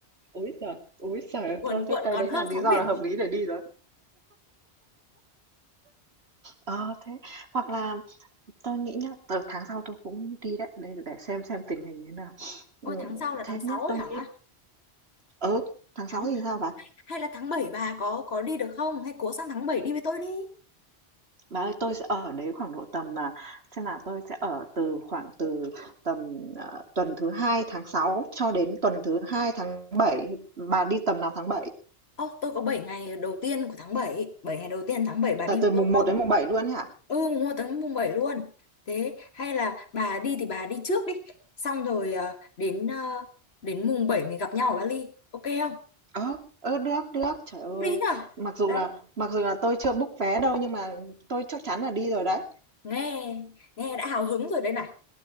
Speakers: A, on the right; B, on the left.
A: Ôi giời! Ôi giời!
B: cuồn
A: Thôi thế
B: cuộn
A: cái
B: còn
A: đấy
B: hơn
A: là lý
B: sóng
A: do
B: biển
A: là hợp
B: đi.
A: lý để đi rồi. Ờ, thế hoặc là tôi nghĩ nhá, ờ, tháng sau tôi cũng đi đấy, để để xem xem tình hình thế nào. Ừm,
B: Ôi tháng sau là
A: thế
B: tháng 6
A: nhá,
B: ấy
A: tôi
B: hả?
A: nghĩ ừ, tháng
B: Tháng
A: 6 thì sao bà?
B: hay là tháng 7 bà có có đi được không? Hay cố sang tháng 7 đi với tôi đi.
A: Bà ơi, tôi sẽ ở đấy khoảng độ tầm là xem là tôi sẽ ở từ khoảng từ tầm ờ, tuần thứ hai tháng 6 cho đến tuần thứ hai tháng bảy thì bà đi tầm nào tháng bảy
B: Ơ tôi có bảy ngày đầu tiên của tháng 7, 7 ngày đầu tiên tháng 7 bà
A: Từ
B: đi
A: từ
B: với
A: mùng
B: tôi không?
A: một đến mùng 7 luôn ấy hả?
B: Ừ, mua tháng mùng 7 luôn. Thế hay là bà đi thì bà đi trước đi, xong rồi ờ, đến ờ, đến mùng 7 mình gặp nhau ở Bali. Ok không?
A: Ờ, ờ được được, trời ơi.
B: Lúc đấy nhở?
A: Mặc dù
B: Đấy,
A: là mặc dù là tôi chưa book vé đâu nhưng mà tôi chắc chắn là đi rồi đấy.
B: nghe nghe đã hào hứng rồi đây này.